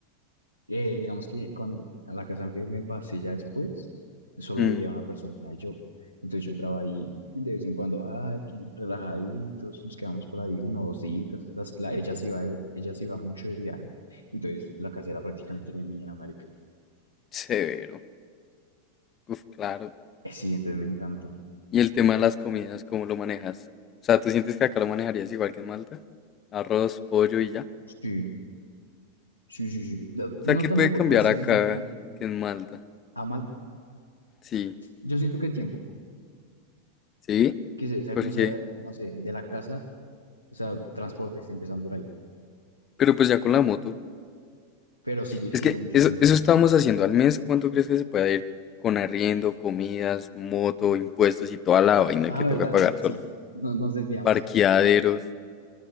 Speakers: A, on the right; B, on the left.
A: Eh, digamos que cuando, a la casa que me pasé ya después, solo
B: Mm,
A: vivía una persona y yo. Entonces yo entraba ahí de vez en cuando, ah, relajaditos, nos quedamos por ahí uno o dos días. Las, la, ella se iba, de- ella se iba mucho de viaje, entonces la casa era prácticamente que mía, marica.
B: severo. Uf, claro.
A: Eh, sí, entonces me encanta.
B: ¿Y el tema de las comidas, cómo lo manejas? O sea, ¿tú sientes que acá lo manejarías igual que en Malta? Arroz, pollo y ya.
A: Sí, sí, sí, sí. No,
B: O
A: no
B: sea, ¿qué
A: tanto
B: puede
A: por
B: cambiar
A: cuestiones
B: acá
A: de tiempo.
B: que en Malta?
A: A Malta,
B: Sí,
A: yo siento que el tiempo,
B: sí,
A: que se- sea
B: porque,
A: como sea, no sé, de la casa, o sea, transportes, empezando por ahí,
B: pero pues ya con la moto,
A: pero sigue
B: Es
A: siendo
B: que
A: mucho
B: eso,
A: tiempo.
B: eso estábamos haciendo al mes. ¿Cuánto crees que se pueda ir con arriendo, comidas, moto, impuestos y toda la vaina
A: Ah,
B: que toca
A: verdad,
B: pagar
A: verdad,
B: solo?
A: sí, no- nos desviamos.
B: Parqueaderos.